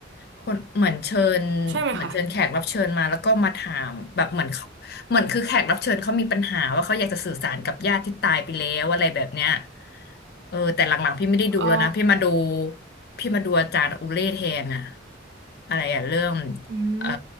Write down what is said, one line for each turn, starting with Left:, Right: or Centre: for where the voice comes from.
Left: คนเหมือนเชิญ
Right: ใช่ไหมคะ
Left: เหมือนเชิญแขกรับเชิญมาแล้วก็มาถามแบบเหมือนเขาเหมือนคือแขกรับเชิญเขามีปัญหาว่าเขาอยากจะสื่อสารกับญาติที่ตายไปแล้วอะไรแบบเนี้ยเออแต่หลังๆพี่ไม่ได้ดูแล้วนะพี่มาดู
Right: อ๋อ
Left: พี่มาดูอาจารย์อุเล่แทนอะอะไรอะเรื่อง
Right: อืม
Left: เอ่อ